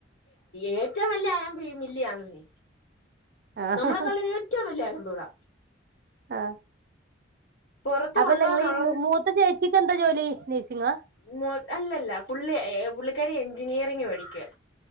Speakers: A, on the left; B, on the right.
A: ഏറ്റവും വലിയ അലമ്പ് ഈ മില്ലിയാന്ന് നീ
B: ആഹ്
A: നമ്മളെ കാളീ ഏറ്റവും വലിയ അലംമ്പ് കളാ
B: ആ
A: പുറത്ത്
B: അപ്പ
A: കൊണ്ടോന്നുള്ള
B: ലെ നിങ്ങള ഈ മൂ മൂത്ത ചേച്ചി ച്ചിക്ക് എന്താ ജോലി നഴ്സിംഗോ
A: മൂ അല്ലല്ല പുള്ളി എ ഏ പുള്ളി കാരി എഞ്ചിനീയറിംഗ് പഠിക്കുവാ